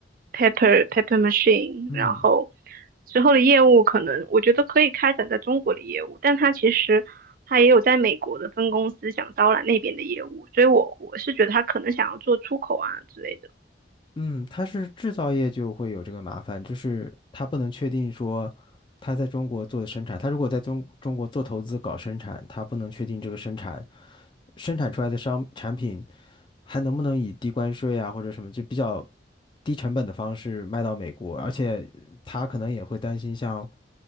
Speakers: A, on the right; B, on the left.
A: paper paper machine，
B: 嗯
A: 然后之后的业务可能我觉得可以开展在中国的业务，但他其实他也有在美国的分公司想招揽那边的业务，所以我我是觉得他可能想要做出口啊之类的。
B: 嗯，它是制造业就会有这个麻烦，就是它不能确定说它在中国做的生产，它如果在中中国做投资搞生产，它不能确定这个生产生产出来的商产品还能不能以低关税啊或者什么就比较低成本的方式卖到美国？而且他可能也会担心，像